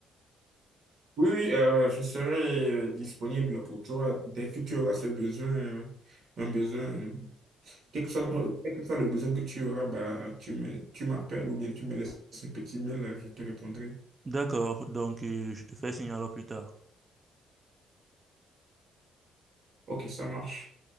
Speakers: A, on the right; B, on the right.
A: Oui, oui, euh, je serai euh, disponible pour toi dès que tu auras ce besoin, euh, un besoin, euh, quel que soit, ton- quel que soit le besoin que tu auras, bah, tu me, tu m'appelles ou bien tu me laisses un petit mail, euh, je te répondrai.
B: D'accord, donc euh, je te fais signe alors plus tard.
A: Ok, ça marche.